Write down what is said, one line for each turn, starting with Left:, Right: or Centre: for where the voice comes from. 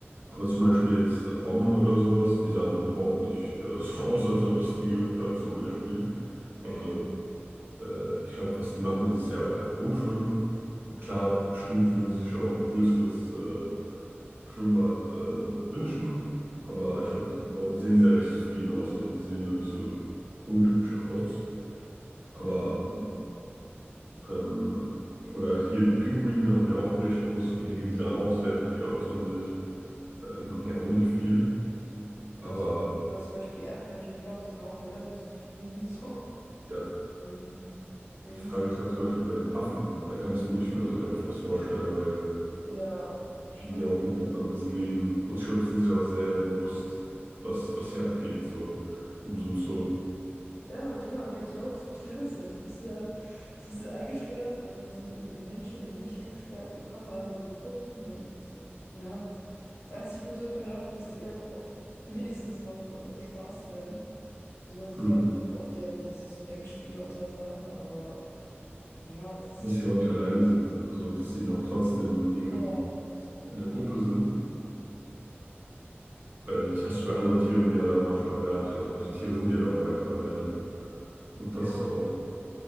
Right: aber zum Beispiel jetzt Robben oder sowas, die sahen überhaupt nicht äh, <laughs> so aus, als ob das die gejuckt hat, zum Beispiel.
Left: Ja.
Right: Also, äh, ich glaube, was die machen, ist es ja auch einfach rumschwimmen. Und klar, bestimmt würden sie sich auch ein größeres äh, Schwimmbad äh, wünschen. Aber
Left: Ja.
Right: ich glaube, die sind auch- sehen sehr recht zufrieden aus. Also, die sehen da nicht so unglücklich aus. Aber,
Left: Ja. Ja,
Right: ähm, oder hier die Pinguine haben ja auch ein recht großes Gehege, die sahen auch sehr happy aus an sich. Äh, die machen ja auch nicht viel.
Left: Ja,
Right: Aber
Left: das- oder zum Beispiel die Erdmännchen, ich glaube, die sind auch relativ zufrieden, <laughs> so
Right: ja,
Left: mit ihrem Dings.
Right: die Frage ist halt zum Beispiel bei den Affen. Da kann ich es mir nicht mehr so einfach vorstellen, weil
Left: Ja, stimmt.
Right: die sind ja auch ein ganz anderes Leben. Und ich glaube, die sind sich auch sehr bewusst, was, was hier abgeht, so im Sinn so,
Left: Ja, klar, denke ich auch. Ich verstehe das ja. Also, bist du ja, sie sind eingesperrt und draußen sind irgendwie so Menschen und die sind nicht eingesperrt und die kommen alle und die gucken und äh, ja. Das einzig Gute ist bei den Affen, dass die halt oft <laughs> wenigstens noch äh, bespaßt werden. Also, man sieht
Right: hm,
Left: ja oft ja, dass sie so Denkspiele und sowas haben, aber ja, es ist
Right: dass sie auch nicht alleine sind. Also, dass sie noch trotzdem mit ihren
Left: ja, das ist auch,
Right: in der Gruppe sind. Weil das hast du bei anderen Tieren ja da manchmal gar nicht. Also manche Tiere sind ja da auch einfach alleine. Und
Left: ja,
Right: das ist auch,